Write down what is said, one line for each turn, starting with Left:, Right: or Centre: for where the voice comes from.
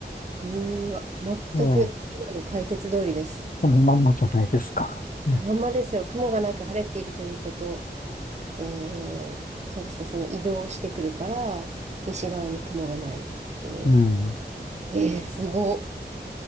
Right: うーわ、
Left: ああ、
Right: 全く今の解説通りです。
Left: このまんまじゃないですか。ええ、
Right: まんまですよ。雲がなく晴れているということ。えー、そうですね、その移動してくるから、西側に雲がないっていう。
Left: うん、
Right: えー、すご、